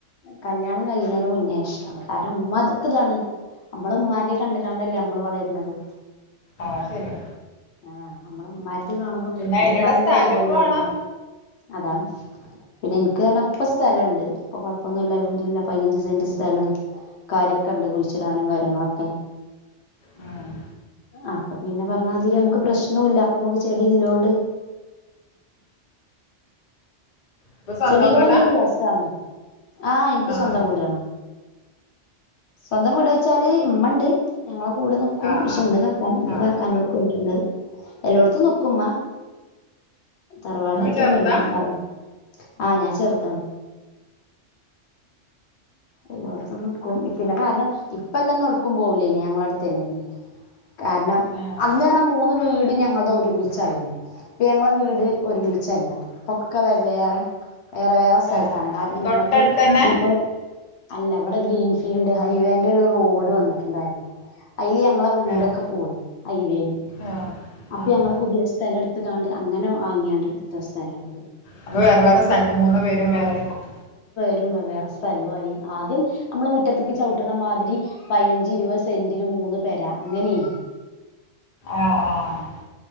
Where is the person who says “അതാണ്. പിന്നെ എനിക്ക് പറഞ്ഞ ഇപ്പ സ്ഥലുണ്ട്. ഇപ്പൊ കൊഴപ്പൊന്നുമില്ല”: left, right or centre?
Left